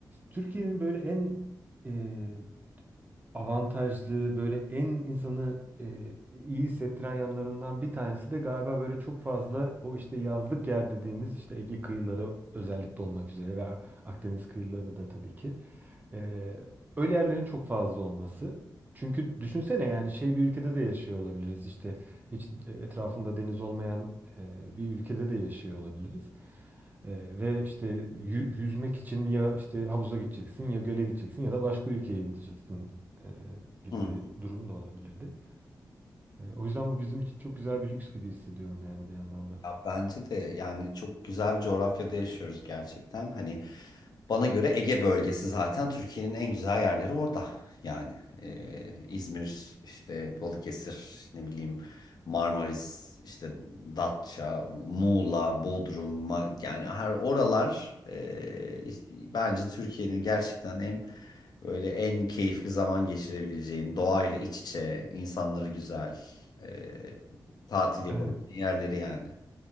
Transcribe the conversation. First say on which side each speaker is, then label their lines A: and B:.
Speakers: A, on the right; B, on the left.
A: Türkiye'nin böyle en e, avantajlı böyle en insanı e, iyi hissettiren yanlarından bir tanesi de galiba böyle çok fazla o işte yazlık yer dediğimiz işte Ege kıyıları özellikle olmak üzere ve Ak- Akdeniz kıyıları da tabii ki. E, öyle yerlerin çok fazla olması. Çünkü düşünsene yani şey bir ülkede de yaşıyor olabiliriz işte hiç etrafında deniz olmayan e, bir ülkede de yaşıyor olabiliriz. E, ve işte yü- yüzmek için ya işte havuza gideceksin ya göle gideceksin ya da başka ülkeye gideceksin e, gibi
B: Hı.
A: bir durum da olabilirdi. E, o yüzden bu bizim için çok güzel bir lüks gibi hissediyorum yani bir yandan da.
B: Ya bence de yani çok güzel bir coğrafyada yaşıyoruz gerçekten. Hani Bana göre Ege bölgesi zaten Türkiye'nin en güzel yerleri orada. Yani e, İzmir, işte Balıkesir, ne bileyim Marmaris, işte Datça, Muğla, Bodrum, Ma- yani her oralar e, işte bence Türkiye'nin gerçekten en böyle en keyifli zaman geçirebileceğin, doğayla iç içe, insanları güzel, e, tatil yapabileceğin
A: Evet.
B: yerleri yani.